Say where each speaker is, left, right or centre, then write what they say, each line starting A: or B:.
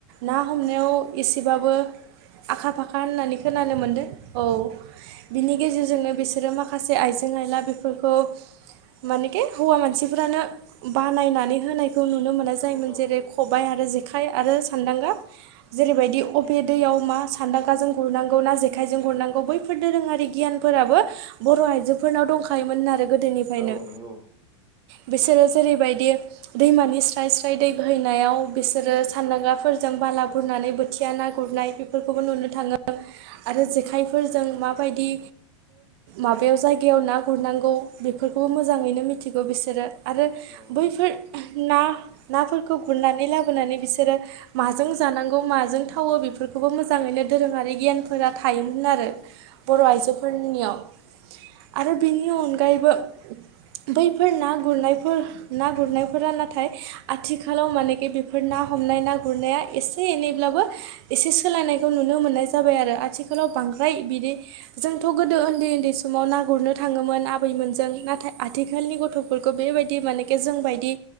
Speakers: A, on the right (about 60°); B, on the right (about 25°).
A: ना हमनायाव एसेबाबो। आखा फाखा होननानै खोनानो मोनदों औ। बिनि गेजेरजोंनो बिसोरो माखासे आइजें आइला बेफोरखौ मानेखि हौवा मानसिफ्रानो बानायनानै होनायखौ नुनो मोना
B: औ
A: जायोमोन
B: औ
A: जेरै
B: औ
A: खबाइ आरो जेखाय। आरो सानदांगा जेरैबायदि उप बे दैयाव मा सान्दाखाजों गुरनांगौ ना जेखायजों गुरनांगौ बैफोर दोरोङारि गियानफोराबो। बर' आइजोफोरनाव दंखायोमोन आरो गोदोनिफ्रायनो।
B: औ नंगौ
A: बिसोरो जेरैबायदि दैमानि स्राय स्राय दै बोहैनायाव बिसोरो सानदांगाफोर। फोरजों बाला गुरनानै बोथिया ना गुरनाय बेफोरखौबो नुनो थाङो। आरो जेखाइफोरजों माबायदि माबायाव जायगायाव ना गुरनांगौ बेफोर। बेफोरखौबो मोजाङैनो मिथिगौ बिसोरो आरो
B: औ
A: बैफोर
B: नंगौ
A: ना। नाफोरखौ गुरनानै लाबोनानै बिसोरो माजों जानांगौ माजों थावो बेफोरखौबो मोजां। थाङैनो धोरोमारि गियानफोरा थायोमोन आरो बर' आइजोफोरनियाव। आरो बेनि अनगायैबो। बैफोर ना गुरनायफोर ना गुरनायफोरा नाथाय आथिखालाव मानेखि बेफोर ना हम नाय ना गुरनाया एसे एनैब्लाबो एसे सोलायनायखौ नुनो मोननाय जाबाय आरो आथिखालाव बांद्राय बिदि जोंथ' गोदो उन्दै उन्दै समाव ना गुरनो थाङोमोन आबैमोनजों नाथाय आ आथिखालनि गथ'फोरखौ बेबायदि मानेके जोंबायदि